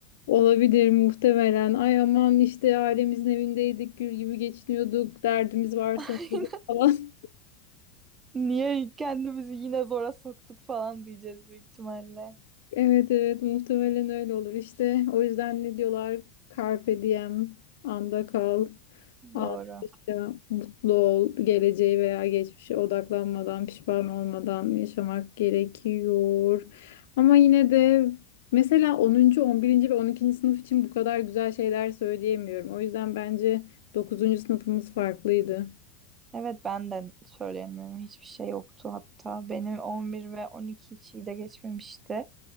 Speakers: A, on the left (about 70°); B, on the right (about 15°).
A: Olabilir muhtemelen. Ay aman işte ailemizin evindeydik, gül gibi geçiniyorduk, derdimiz varsa
B: <laughs>
A: falan
B: Niye kendimizi yine zora soktuk falan diyeceğiz büyük ihtimalle.
A: Evet evet muhtemelen öyle olur işte. O yüzden ne diyorlar? Carpe diem, anda kal, an
B: Doğru.
A: yaşa, mutlu ol, geleceğe veya geçmişe odaklanmadan, pişman olmadan yaşamak gerekiyor. Ama yine de mesela 10. 11. ve 12. sınıf için bu kadar güzel şeyler söyleyemiyorum. O yüzden bence dokuzuncu sınıfımız farklıydı.
B: Evet ben de söyleyemiyorum. Hiçbir şey yoktu hatta. Benim 11 ve 12 içi de geçmemişti.